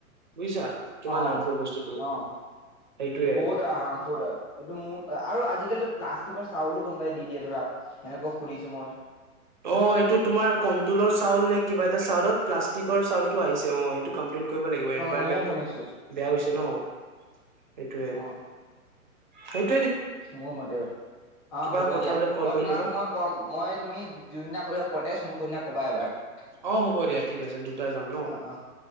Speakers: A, on the right; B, on the left.
A: বুজিছা কিমান
B: অ
A: হআফুল বস্তুটো
B: অ
A: সেইটোয়ে
B: বহুত হাৰ্মফুল হয় এইটো মোৰ আৰু আজিকালিতো প্লাষ্টিক তিকৰ চাউলো কোনোবাই দি দিয়ে ধৰা সেনেকুৱা শুনিছো মই
A: অ এইটো তোমাৰ কুন্তলৰ চাউল নে কিবা এটা চাউলত প্লাষ্টিকৰ চাউলটো আহিছে অ এইটো এনেকুৱা
B: অ মইও
A: <unintelligible> টো
B: শুনিছো
A: বেয়া হৈছে ন <unintelligible> সেইটোৱে
B: অ
A: সে <unintelligible>
B: মোৰ মতেও অ
A: কিবা
B: হ'ব
A: কথা
B: দিয়া
A: হলে কল
B: মই
A: কৰিম
B: তোমাক মই কম মই তুমি যোনদিনা কৰিব পতেজ মোক সুদিনা ক'বা এবাৰ <unintelligible>
A: অ হ'ব দিয়া ঠিক আছে দুটাই যাম ন
B: অ অ